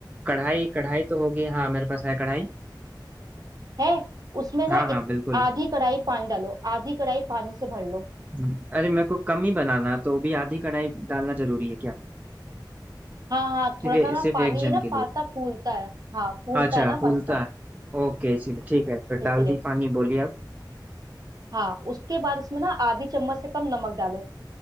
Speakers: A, on the right; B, on the right.
A: कढ़ाई कढ़ाई तो होगी हाँ मेरे पास है कढ़ाई
B: है उसमें ना
A: हाँ हाँ
B: इत,
A: बिल्कुल
B: आधी कढ़ाई पानी डालो आधी कढ़ाई पानी से भर लो
A: हम्म, अरे मेरे को कम ही बनाना है, तो भी आधी कढ़ाई डालना जरूरी है क्या
B: हाँ हाँ
A: सिर्फ
B: थोड़ा सा ना
A: सिर्फ
B: पानी
A: एक जन
B: ये ना
A: के
B: पास्ता
A: लिए
B: फूलता है हाँ फूलता
A: अच्छा
B: है ना
A: फूलता
B: पास्ता
A: है ओके इसीलिए ठीक है फिर
B: इसलिए
A: डाल दी पानी बोलिए आप
B: हाँ उसके बाद उसमें ना आधी चम्मच से कम नमक डालो